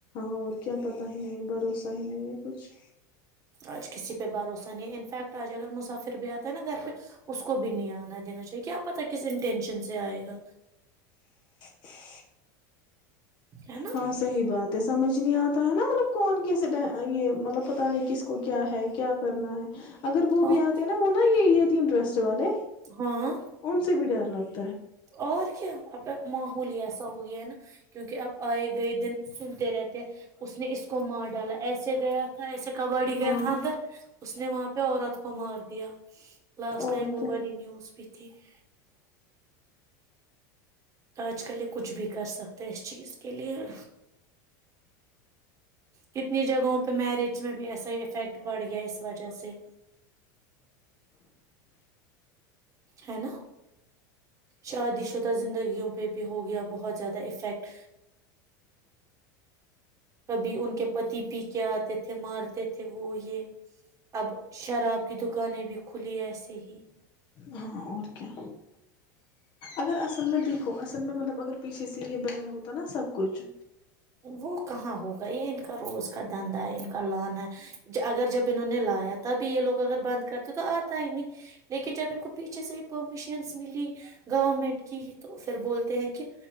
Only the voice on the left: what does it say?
اں اور کیا پتا ہی نہیں بھروسہ ہی نہیں ہے کچھ
<inaudible>
ہاں صحی بات ہے سمجھ نہیں آتا ہے نا مطلب کون کیس یہ مطلب پتا نہیں کس کو کیا ہے کیا کرنا ہے اگر وہ بھی
آتے ہیں نا وہ نا یہ یہ ٹرسٹ والے
کون سے بھی ڈر مطلب
ہاں
اور
کیا
ہاں اور کیا اگر اصل میں دیکھو اصل مطلب اگر پیچھے سے یہ بین ہوتا نا سب کچھ